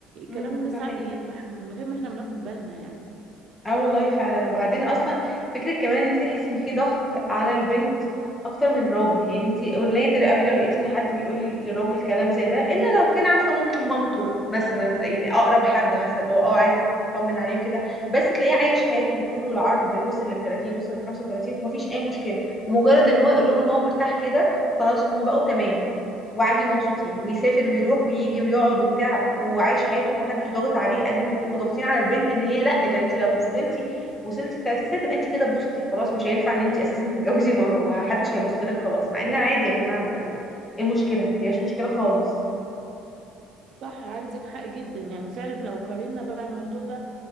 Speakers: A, on the left (about 20°); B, on the right (about 60°).
A: امم
B: كلامنا ده ساعات
A: ده حقيقي
B: بيدبح من غير ما احنا بناخد بالنا يعني
A: اه والله فعلا وبعدين اصلا فكره كمان ان انت تحسي ان في ضغط على البنت اكتر من الراجل يعني انت نادر قوي لو لقيتي ان حد بيقول للراجل كلام زي ده الا لو كان عارفه ممكن مامته مثلا يعني اقرب حد مثلا لو اه عايزه تطمن عليه وكده بس تلاقيه عايش حياته بالطول والعرض وصل لل 30 وصل لل 35 ومفيش اي مشكله ومجرد ان هو يقول لهم ان هو مرتاح كده خلاص هم بقوا تمام وعادي ومبسوطين ويسافر ويروح ويجي ويقعد وبتاع وعايش حياته ومحدش ضاغط عليه قد ما تبقوا ضاغطين على البنت ان هي لا ده انت لو فضلتي وصلتي ل 30 سنه تبقى انت كده بوستي خلاص مش هينفع ان انت اساسا تتجوزي وما وما حدش هيبص لك خلاص مع ان عادي يا جماعه ما ايه إيه المشكله ما فيهاش مشكله خالص
B: صح عندك حق جدا يعني فعلا لو قارنا بقى الموضوع ده